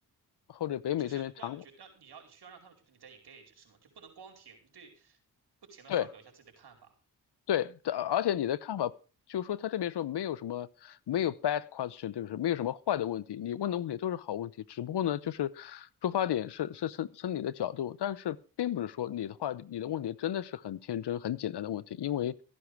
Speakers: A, on the left; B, on the right.
A: 或者北美这边常，
B: 就是让你觉得你要你需要让他们觉得你在 engage 是吗？就不能光听，你对不停的发表一下自己的看法。
A: 对对，这而且你的看法就是说，他这边说没有什么没有 bad question，对不对？没有什么坏的问题，你问的问题都是好问题，只不过呢，就是出发点是是是是你的角度，但是并不是说你的话你的问题真的是很天真、很简单的问题，因为